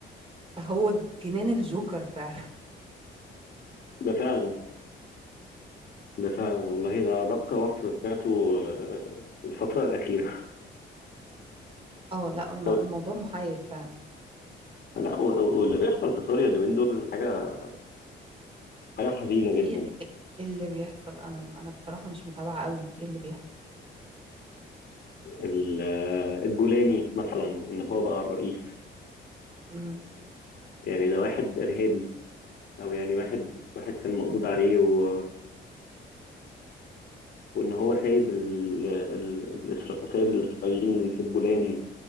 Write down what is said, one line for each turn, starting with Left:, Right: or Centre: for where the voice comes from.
Right: فهو جنان الجوكر فعلا
Left: ده فعلا ده فعلا والله ده أدق وصف سمعته آه، الفترة الأخيرة
Right: <laughs> اه لا
Left: <laughs>
Right: الم...
Left: طب
Right: الموضوع محير فعلا
Left: لا و- و- واللي بيحصل في سوريا اليومين دول حاجة حاجة حزينة جدا
Right: ايه ايه إيه اللي بيحصل انا انا بصراحة مش متابعة قوي ايه اللي بيحصل
Left: ال- آه، الجولاني مثلا إن هو بقى الرئيس
Right: امم
Left: يعني ده واحد إرهابي أو يعني واحد واحد كان مقبوض عليه و... وإن هو سايب ال... ال... الإسرا... سايب الإسرائيليين في الجولان